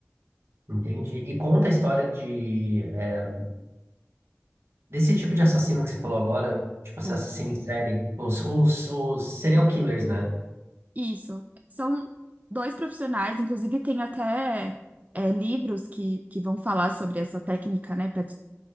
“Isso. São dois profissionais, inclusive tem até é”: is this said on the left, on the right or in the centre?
Right